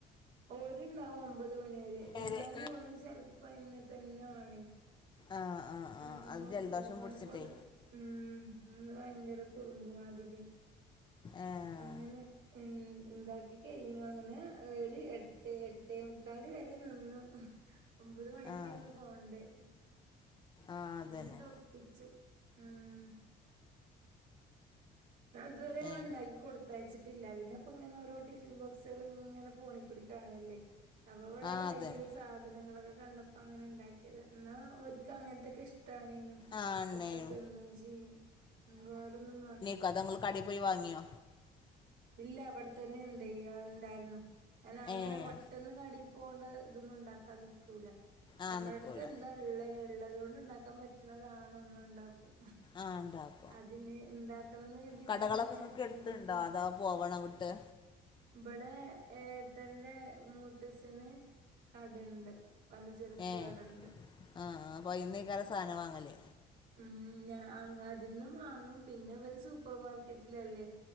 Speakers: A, on the right; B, on the left.
A: ഓര്ണ്ടാവും ഒമ്പത് മണിവരെ എന്നാലും
B: അതെ ഉം
A: ഓന് ചെലപ്പോ എന്നെ തന്നെ വേണേ
B: ആഹ് ആഹ്
A: ആഹ് അതു
B: അത് ജലദോഷം
A: ഓങ്ങനെ
B: പിടിച്ചിട്ടേ
A: കൊണ്ടോയിട്ട് ഉം ഇന്ന് ഭയങ്കര കുറുമ്പ് മാതിരി
B: ആഹ്
A: അങ്ങനെ ഉം ഉണ്ടാക്കി കഴിഞ്ഞു അങ്ങനെ ഒരു എട്ട് എട്ടേ മുക്കാലുവരെ നിന്നു ഒമ്പത് മണിക്കാ
B: ആഹ്
A: ഇന്ന് പോണ്ടേ
B: ആഹ് അതന്നെ
A: അങ്ങനെണ്ട് ഒപ്പിച്ചു ഉം ഞാൻ അതുവരെ അങ്ങനെ
B: ഏഹ്
A: ഉണ്ടാക്കി കൊടുത്തയച്ചിട്ടില്ല പിന്നെ ഇപ്പ ഇങ്ങനെ ഓരോ ടിഫിൻ ബോക്സുകളിങ്ങനെ ഫോണിക്കൂടി കാണൂല്ലേ അപ്പ ഇവിടെ
B: ആഹ്
A: കഴിഞ്ഞ
B: അതന്നെ
A: ദിവസ സാധനങ്ങളൊക്കെ കണ്ടപ്പോ അങ്ങനെ ഉണ്ടാക്കിയത് എന്നാ ഓരിക്കും അങ്ങനത്തൊക്കെ ഇഷ്ടാണേനും
B: ആഹ് ഉണ്ടായിനു
A: ഒക്കെ തിന്നേം ചെയ്യും വേറൊന്നും വേണ്
B: ക്കതെങ്ങള് കടേ പോയി വാങ്ങിയോ
A: ഇല്ല ഇവിടെത്തന്നെ ഇണ്ട് ഇണ്ടായിരുന്നു ഞാൻ അങ്ങനെ
B: ഏഹ്
A: പെട്ടെന്ന് കടേ പോണ്ട ഇതൊന്നും ഉണ്ടാക്കാൻ നിക്കൂല
B: ആഹ്
A: നമ്മടെടുത്ത്
B: നിക്കൂല
A: എന്താ ള്ളേ ഉള്ളത് കൊണ്ട് ഉണ്ടാക്കാൻ പറ്റണതാണൊന്നുണ്ടാക്കും
B: ആഹ് ഉണ്ടാവും
A: അതിന് ഉണ്ടാക്കണംന്ന് കരുതിട്ട്
B: കടകളൊക്കെ
A: അങ്ങനെ
B: ഇങ്ങക്ക് എടുത്തുണ്ടോ
A: ബിരിയാണി
B: അതാ പോവണോ വിട്ട്
A: ഇബടെ ഏട്ടൻ്റെ മൂത്തഛന് കടണ്ട് പലചെരക്ക്
B: ഏഹ്
A: കടണ്ട്
B: ആഹ് അപ്പം അയ്ന്നേക്കാരം സാധനം വാങ്ങല്
A: ഉം ഞ അതിന്നും വാങ്ങും പിന്നെ അവര് സൂപ്പർ മാർക്കറ്റിലല്ലേ